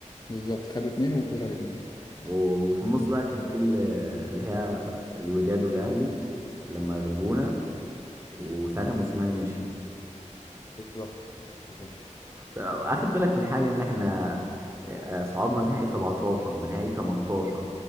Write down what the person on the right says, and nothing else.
وفي النص بقى كان في ال- اللي هي الوداد والاهلي لما غلبونا وساعتها موسيماني مشي
اخد بالك من حاجه ان احنا آه، صعدنا نهائي 17 ونهائي 18